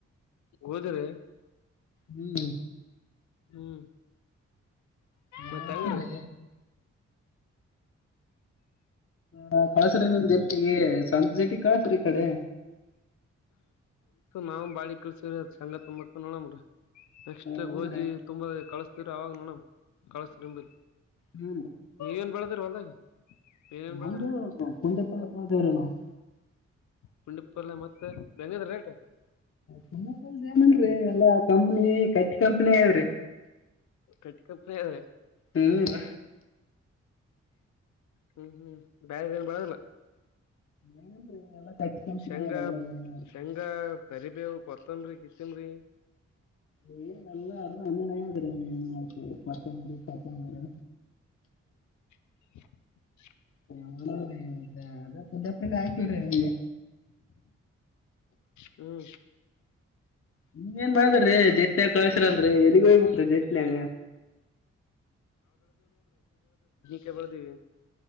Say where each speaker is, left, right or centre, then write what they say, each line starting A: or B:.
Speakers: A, on the left; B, on the left.
A: ಓದಿರಿ
B: ಹ್ಮ್
A: ಹ್ಮ್
B: ಏನ್
A: ಮತ್ತ
B: ಮಾಡ್ತಾರ್ರಿ
A: ಹೆಂಗ್ರಿ.
B: ಹ ಕಳಸ್ರಿ ನಿಮ್ ಜೊಟ್ಟಿಗಿ ಸಂಜಿಕ ಕಳ್ಸ್ರಿ ಈಕಡೆ
A: ನಾವು ಬಾಡಿ ಕಳಸವ್ರಿ ಅ ಸಂಗ ತುಂಬಾಕ್ ನೋಡಣ್ರಿ ನೆಕ್ಸ್ಟ್
B: ಹೌದ್ರಿ
A: ಗೋಧಿ ತುಂಬಾ ಕಳಸ ತಿರ ಅವಾಗ ನೋಡಬೇಕ ಕಳ್ಸ್ರನ ಬರ್ರಿ
B: ಹ್ಞೂ
A: ಏನ್ ಬೆಳದರ ಹೊಲ್ದಾಗ. ಏನೇನ್
B: ನಮ್ದು
A: ಬೆಳದ್ರಿ
B: ಪುಂಡಿಪಲ್ಲೇ ತುಂಬುತ್ತಿವ್ರಿ ನಾವ್.
A: ಪುಂಡಿಪಲ್ಲೆ ಮತ್ತ ಹೆಂಗದ್ರಿ ರೇಟ್
B: ಕಮಿಷನ್ದ ಏನ ಇಲ್ರಿ ಎಲ್ಲಾ ಕಂಪ್ನಿ ಕಟ್ಕೊಂತನೇ ಇದೆ
A: ಕಟ್ಕೋತಾ ಇದೆ
B: ಹ್ಮ್
A: ಹ್ಮ್ ಹ್ಮ್ ಬ್ಯಾರೆ ಏನ್ ಬೆಳದಿಲ್ಲ.
B: ಏನನ್ರಿ ಎಲ್ಲ ಕಟ್ಟಿಗಿ ಕುಂತ
A: ಶೇಂಗಾ
B: ನೀವ್ ಎಲ್ಲಾ ಏನ್
A: ಶೇಂಗಾ ಕರಿಬೇವು, ಕೊತ್ತಂಬರ್ರಿ ಗಿತ್ತಂಬ್ರಿ.
B: ಏನ ಎಲ್ಲಾ ಹರ್ದ ಹಣ್ಣ್ಯಾಡ ಆಗೇದ್ರಿ ಇನ್ನೆಲ್ಲಿ ಕೊತಂಬ್ರಿ ಫತಂಬ್ರಿ.
A: <inaudible>
B: ಹ ಅಲ್ಲ ಅದ ಫಿಲ್ಲ ಅಪ್ಗಿ ಹಾಕಿಬಿಡ್ರಿ
A: ಹ್ಮ್
B: ನೀ ಏನ್ ಬರಬ್ಯಾಡ್ರಿ ಜಟ್ನಯಾಗ ಕಳ್ಸಿರ ಅಂದ್ರ್ ರಿ ಎಲ್ಲಿಗ್ ಹೋಗ್ಬೇಕ ರಿ ಜಟ್ನ್ಯಾಗ
A: <unintelligible>